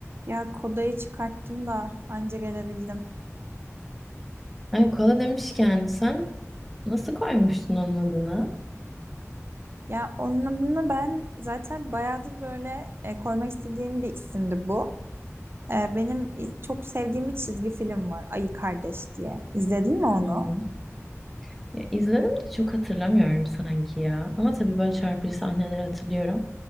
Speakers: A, on the right; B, in the centre.
A: Ya kodayı çıkarttım da anca gelebildim.
B: Ay, kola demişken sen nasıl koymuştun onun adını?
A: Ya onun adını ben zaten bayağıdır böyle e, koymak istediğim bir isimdi bu. E, benim iz- çok sevdiğim bir çizgi film var Ayı Kardeş diye. İzledin mi onu?
B: Hmm. Ya, izledim de çok hatırlamıyorum sanki ya. Ama tabii böyle çarpıcı sahneleri hatırlıyorum.